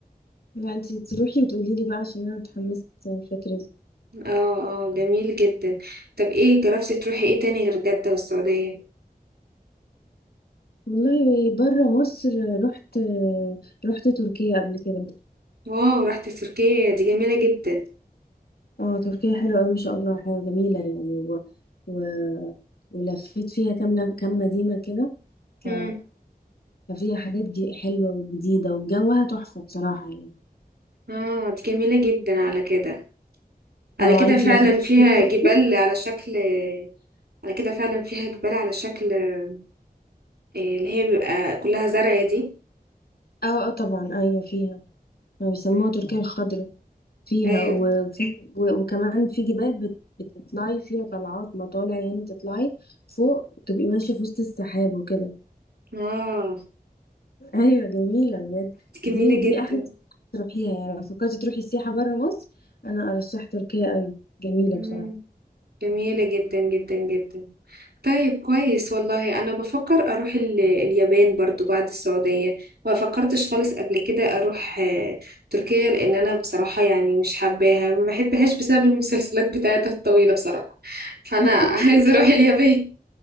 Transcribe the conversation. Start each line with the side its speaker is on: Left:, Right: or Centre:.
Left: لا انت تروحي وتقولي لي بقى عشان انا متحمسه الفكره دي
Right: اه اه جميل جدا طب ايه جربتي تروحي ايه تاني غير جدة والسعودية
Left: والله بره مصر رحت رحت تركيا قبل كده
Right: واو رحتي تركيا دي جميلة جدا
Left: اه تركيا حلوة أوي ما شاء الله حلوة جميلة يعني و... و... ولفيت فيها كام كام مدينة كده ف...
Right: مم.
Left: ففيها حاجات ج- حلوة وجديدة وجوها تحفة بصراحة يعني
Right: اه دي جميلة جدا على كده على
Left: اه
Right: كده
Left: انتي
Right: فعلا
Left: لو فكرتي
Right: فيها
Left: تروحي
Right: جبال على شكل على كده فعلا فيها جبال على شكل آه، اللي هي بيبقى كلها زرع دي
Left: اه اه طبعا ايوه فيها يعني بيسموها
Right: مم.
Left: تركيا الخضراء فيها
Right: ايوه
Left: وفي و... وكمان في جبال بت... بتطلعي فيها طلعات مطالع يعني تطلعي فوق تبقي ماشية في وسط السحاب وكده
Right: اه
Left: ايوه جميله بجد
Right: دي جميلة
Left: دي دي
Right: جدا
Left: احلى سياحة تروحيها يعني لو فكرتي تروحي السياحه بره مصر انا ارشح تركيا قوي جميله
Right: مم.
Left: بصراحه
Right: جميلة جدا جدا جدا طيب كويس والله انا بفكر اروح ال- اليابان برضو بعد السعودية ما فكرتش خالص قبل كده اروح آه، تركيا لان انا بصراحة يعني مش حباها ما بحبهاش بسبب المسلسلات بتاعتها الطويلة بصراحة فانا
Left: <laughs>
Right: <laughs> عايزة اروح اليابان